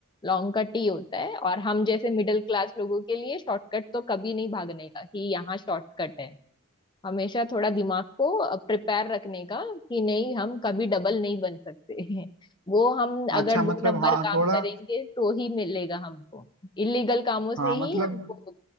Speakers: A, on the left (about 20°); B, on the right (about 75°).
A: लॉन्ग कट ही होता है और हम जैसे मिडिल क्लास लोगों के लिए शॉर्टकट तो कभी नहीं भागने का कि यहाँ शॉर्टकट है हमेशा थोड़ा दिमाग को प्रिपेयर रखने का कि नहीं हम कभी डबल नहीं बन सकते हैं वो हम अगर
B: अच्छा
A: दो
B: मतलब
A: नंबर
B: हाँ
A: काम
B: थोड़ा
A: करेंगे तो ही मिलेगा हमको इलीगल कामों से
B: हाँ
A: ही
B: मतलब
A: हमको